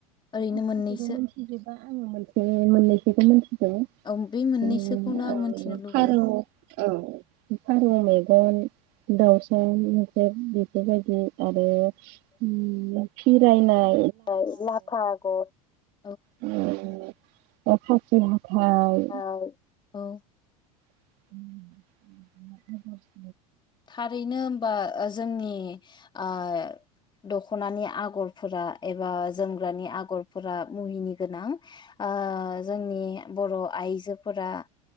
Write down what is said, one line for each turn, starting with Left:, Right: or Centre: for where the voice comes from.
Left: ओरैनो
Right: बेखौ
Left: मोननैसो
Right: मोनथिजोबा आङो मोनसे मोननैसोखौ मोनथिगो
Left: औ बे मोननैसोखौनो
Right: उम
Left: आं
Right: आङो
Left: मोनथिनो लुबैयो
Right: फारौ औ उम फारौ मेगन दाउसा मोख्रेब बेफोरबायदि आरो उम ओ फिराय नाय।
Left: आव लाफा आगद
Right: उम ओ ओ खासि हा थाय
Left: औ औ
Right: <unintelligible>
Left: थारैनो होमबा ओ जोंनि आय दख'नानि आगरफोरा एबा ज जोमग्रानि आगरफोरा मुहिनि गोनां। ओ जोंनि बर' आइजोफोरा